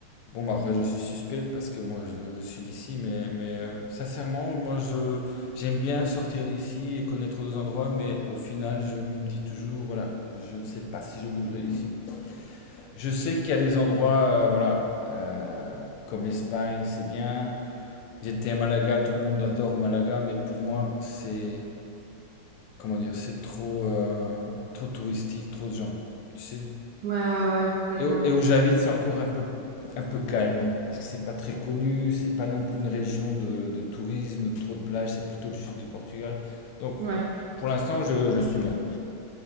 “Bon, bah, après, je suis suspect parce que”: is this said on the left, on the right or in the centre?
Left